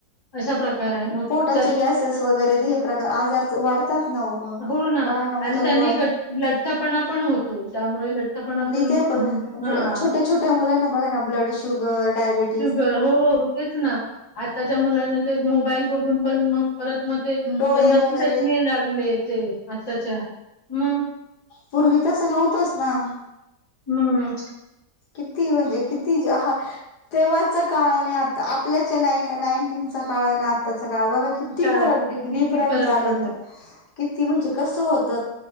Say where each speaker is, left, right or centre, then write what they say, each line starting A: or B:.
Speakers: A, on the left; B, on the left.
A: असा प्रकार आहे मग
B: पोटाचे
A: त्या
B: गॅसेस वगैरे प्रकार आजार वाढतात ना मग
A: हो ना
B: ल मग
A: आणि
B: कमी
A: त्याने
B: व
A: गट लठ्ठपणा पण होत त्यामुळे लठ्ठपणा पण
B: ते प
A: हा
B: छोट्या छोट्या मुलांना बघा ना ब्लड शुगर डायबेटी
A: शुगर हो तेच ना आत्ताच्या मुलांना ते मोबाईल बघून पण मग परत मग ते त्यांना
B: डोळे वगैरे
A: पण त्याश मिळ लागले ते आताच्या मग
B: पूर्वीतच आणि होतस ना
A: हम्म
B: किती म्हणजे किती ह तेव्हाच काळ आणि आता आपल्याच्या ना नाईन्टीनचा काळ आणि आत्ताचा काळ बघा किती
A: का
B: फरक
A: किती
B: डिफरंट
A: फरक
B: जाणवत
A: पडला.
B: किती म्हणजे कसं होत